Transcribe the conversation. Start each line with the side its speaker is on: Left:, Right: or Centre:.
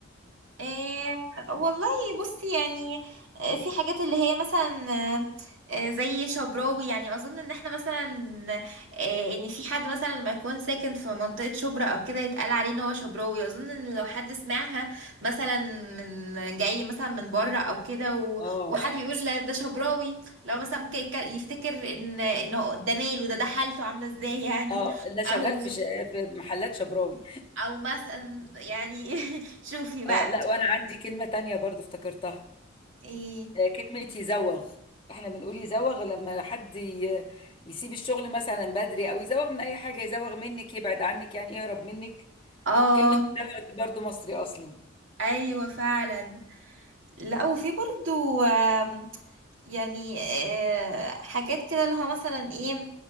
Right: آه والله بصي يعني آه في حاجات اللي هي مثلا آه آه، زي شبراوي يعني اظن ان احنا مثلا آه ان في حد مثلا لما يكون ساكن في منطقة شبرا او كده يتقال عليه ان هو شبراوي اظن ان لو حد سمعها مثلا من جاي مثلا من بره او كده و-
Left: اه
Right: وحد
Left: صح
Right: بيقول لا ده شبراوي لو مثلا ممكن يك- يفتكر ان ان هو ده ماله ده ده حالته عاملة ازاي يعني
Left: اه ده شغال
Right: او
Left: في ش... في محلات شبراوي
Right: او مثلا يعني <laughs> شوفي بقى
Left: اه لا وانا عندي كلمة تانية برضو افتكرتها
Right: ايه
Left: آه، كلمة يزوغ احنا بنقول يزوغ لما حد ي... يسيب الشغل مثلا بدري او يزوغ من اي حاجة يزوغ منك يبعد عنك يعني يهرب منك
Right: اه
Left: كلمة يزوغ دي برضو مصري اصلي
Right: ايوه فعلا لا وفي برضو آم، يعني آه، حاجات كده اللي هو مثلا ايه